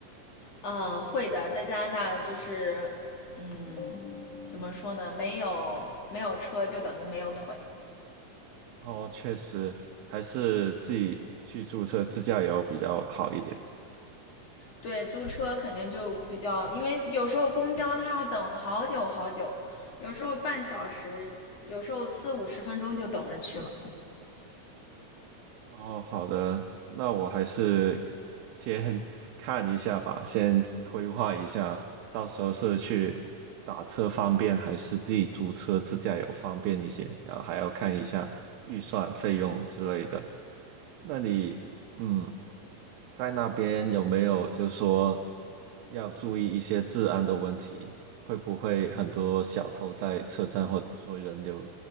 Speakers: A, on the left; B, on the right.
A: 嗯，会的，在加拿大就是，嗯，怎么说呢？没有没有车就等于没有腿。
B: 哦，确实，还是自己去租车自驾游比较好一点。
A: 对，租车肯定就比较，因为有时候公交它要等好久好久，有时候半小时，有时候四五十分钟就等着去了。
B: 哦，好的，那我还是先 <laughs> 看一下吧，先规划一下，到时候是去打车方便，还是自己租车自驾游方便一些，然后还要看一下预算、费用之类的。那你，嗯，在那边有没有就说要注意一些治安的问题？会不会很多小偷在车站或者说人流